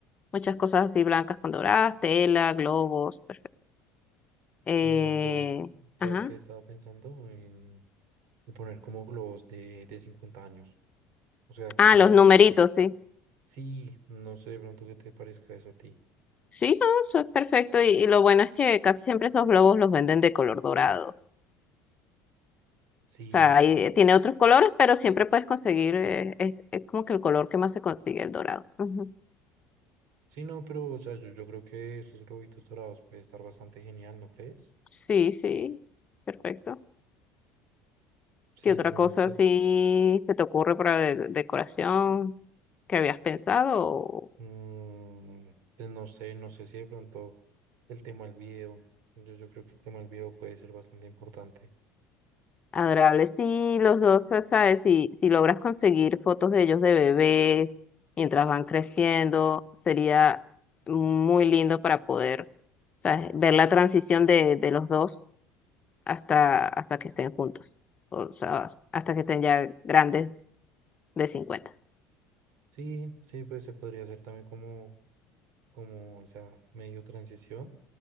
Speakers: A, on the left; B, on the right.
A: Muchas cosas así blancas con doradas, tela, globos, perfecto. Eh,
B: Y de pronto, ¿sabes
A: ajá.
B: qué? Estaba pensando en, en poner como globos de, de 50 años. O sea que
A: Ah, los numeritos, sí.
B: sí, no sé de pronto qué te parezca eso a ti.
A: Sí, no, eso es perfecto. Y, y lo bueno es que casi siempre esos globos los venden de color dorado.
B: Sí,
A: O sea, ahí tiene otros colores, pero siempre puedes conseguir, eh, es, es como que el color que más se consigue, el dorado. Ujú.
B: sí, no, pero o sea, yo, yo creo que esos globitos dorados puede estar bastante genial, ¿no crees?
A: Sí, sí, perfecto.
B: Sí,
A: ¿Qué otra
B: entonces,
A: cosa
B: pues.
A: así se te ocurre para de- decoración que habías pensado? o
B: Mm, pues no sé, no sé si de pronto el tema del video. Yo, yo creo que el tema del video puede ser bastante importante.
A: Adorable, sí, los dos, o sea, ¿sabes? Si, si logras conseguir fotos de ellos de bebés mientras van creciendo, sería muy lindo para poder, ¿sabes? Ver la transición de, de los dos hasta, hasta que estén juntos, o sea, hasta que estén ya grandes de 50.
B: Sí, sí, pues se podría hacer también como, como esa medio transición.